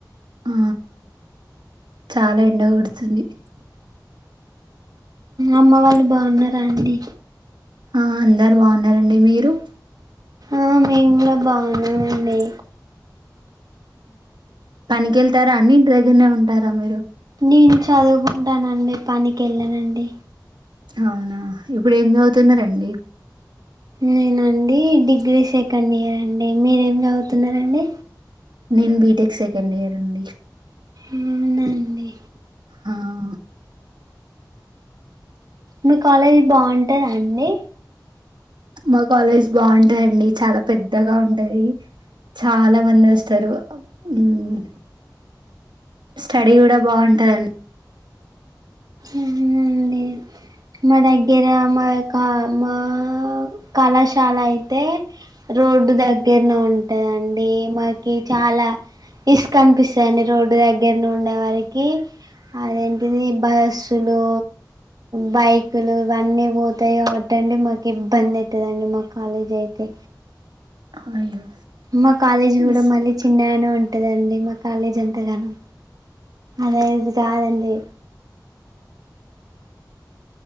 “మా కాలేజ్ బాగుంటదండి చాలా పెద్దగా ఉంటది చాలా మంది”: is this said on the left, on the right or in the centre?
Right